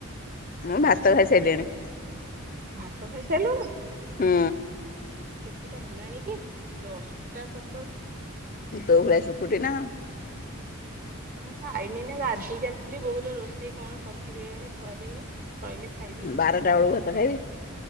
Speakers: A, on the left; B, on the right.
A: ମୁଁ ଭାତ ଖାଇ ସାରିଲିଣି।
B: ଭାତ ଖାଇସାଇଲୁଣୁ?
A: ହୁଁ।
B: କେତେଟା ହେଲାଣି କି ଦଶଟା ସ
A: ତୋ ଭଲି ସୁକୁଟି ନାଁ
B: ଉଁ ଖାଇନି ନା ଗାଧିକି ଆସିଲି ବୋଉ ରୋଷେଇ କଣ କରିଚି କେଜାଣି? ସରିନି ସଇଲେ ଖାଇବି
A: ବାରଟା ଓଳୁ ଭାତ ଖାଇବି।